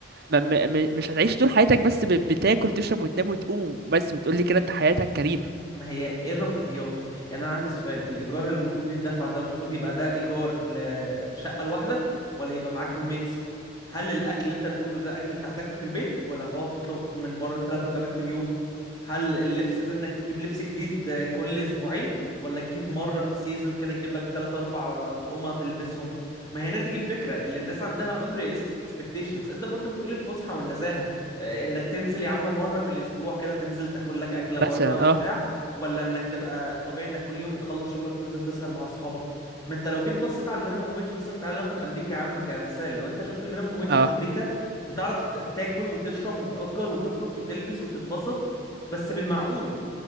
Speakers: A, on the right; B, on the left.
A: ما... ما... ما- مش هتعيش طول حياتك بس ب... بتاكل تشرب وتنام وتقوم بس وتقول لي كده انت حياتك كريمه
B: ما هي ايه الرفاهيات يعني انا عندي سؤال الايجار اللي المفروض يدفع ده المفروض يبقى ده ايجار لشقه لوحدك ولا يبقى معاك روميتس هل الاكل اللي انت بتقوله ده اكل انت هتاكله في البيت ولا هتقعد تطلب من بره ثلاث وجبات في اليوم هل اللبس ده انك تجيب لبس جديد آه، كل اسبوعين ولا تجيب مرة في السيزون كده تجيب لك 3 4 اطقمة تلبسهم ما هنا تيجي الفكرة اللي الناس عندها unrealistic expectations انت برضو بتقول الفسحة والنزاهة آه، انك تنزل يا عم مرة في الاسبوع كده تنزل تاكل لك اكلة بره
A: مثلا
B: وبتاع
A: اه
B: ولا انك تبقى الطبيعي انك كل يوم بتخلص شغلك وتنزل تسهر مع اصحابك ما انت لو جيت بصيت على المينيموم ويج مثلا تعالى ناخد امريكا يا عم كمثال لو انت شفت المينيموم ويج
A: اه
B: في امريكا انت تعرف ت- تاكل وتشرب وتأجر وتخرج وتلبس وتتبسط بس بالمعقول